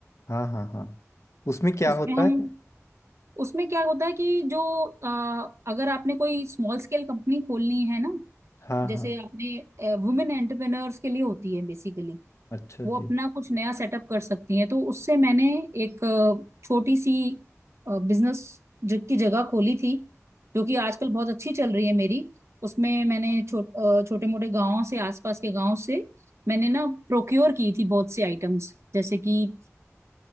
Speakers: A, on the left; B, on the right.
A: हाँ हाँ हाँ उसमें क्या
B: उसमें
A: होता
B: हम
A: है
B: उसमें क्या होता है कि जो अ, अगर आपने कोई स्मॉल स्केल कंपनी खोलनी है ना
A: हाँ
B: जैसे
A: हाँ
B: आपने वुमेन एंटरप्रेन्योर्स के लिए होती है बेसिकली
A: अच्छा
B: वो
A: जी
B: अपना कुछ नया सेटअप कर सकती हैं तो उससे मैंने एक अ, छोटी सी बिजनेस की जगह खोली थी जो कि आजकल बहुत अच्छी चल रही है मेरी उसमें मैंने छो, छोटे मोटे गांवों से आसपास के गांव से मैंने ना प्रोक्योर की थी बहुत से आइटम्स जैसे कि